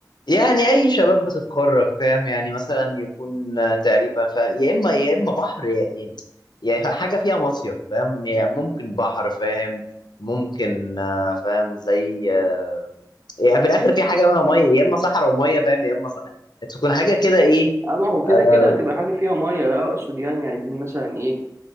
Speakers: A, on the left (about 80°); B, on the right (about 40°).
A: يعني اي شباب بتتخرج فاهم يعني مثلا يكون آه، تقريبا ف... يا اما يا اما بحر يا يعني يعني ف- حاجه فيها مصيف فاهم يعني ممكن بحر فاهم ممكن آه، فاهم زي آه، يعني في الاخر في حاجه منها ميه يا اما صحراء وميه فاهم يا اما صحراء تكون حاجه كده ايه
B: اه ما هو كده
A: آه
B: كده هتبقى حاجة فيها مية لا اقصد يعني عايزين مثلا ايه